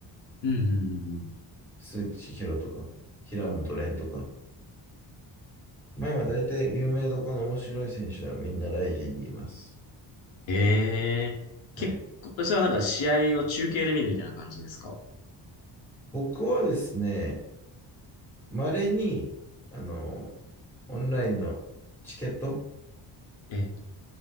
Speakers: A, on the left (about 75°); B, in the centre.
A: うん、うんうんうん。
B: 鈴木千尋とか、平本蓮とか。まあ今大体有名どこの面白い選手はみんなライジンにいます。
A: ええ結構、
B: はい。
A: それはなんか試合を中継で見るみたいな感じですか。
B: 僕はですね、稀に、あの、オンラインのチケット、
A: ええ、